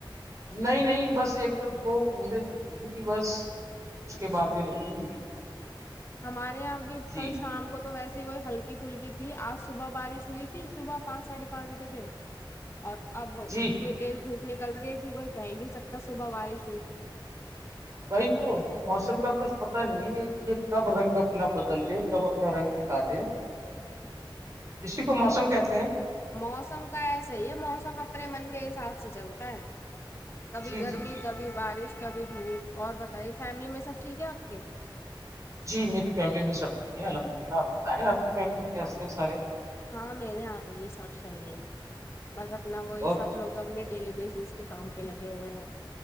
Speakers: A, on the right; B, on the left.
A: نہیں نہیں بس ایک تو دو بوندیں گری تھی بس اس
B: اچھا
A: کے بعد نہیں ہوئی
B: ہمارے یہاں ا بھی
A: جی
B: کل شام کو تو ویسی وہی ہلکی پھلکی تھی آج صبح بارش ہوئی تھی صبح پانچ ساڑھے پانچ بجے اور اب اتنی
A: جی
B: تیز دھوپ نکل رہی ہے کہ کوئی کہہ ہی نہیں سکتا صبح بارش ہوئی
A: بھائی تو تو موسم کا کچھ پتا نہیں ہے کہ یہ کب رنگ اپنا بدل لے کب اپنا رنگ دکھا دے
B: <inaudible>
A: اسی کو موسم کہتے ہیں
B: موسم کا ایسا ہی ہے موسم اپنے من کے حساب سے چلتا ہے کبھی
A: جی
B: گرمی
A: جی جی
B: کبھی بارش کبھی دھوپ اور بتائیے فیملی میں سب ٹھیک ہے آپ کے
A: جی میری فیملی میں سب ٹھیک ہے الحمد للہ آپ بتائیں آپ کی فیملی میں کیسے ہیں سارے
B: ہاں میرے یہاں پہ بھی سب صحیح ہے بس اپنا وہی
A: اور
B: سب لوگ س اپنے ڈیلی بیسس کے کام پہ لگے ہوئے ہیں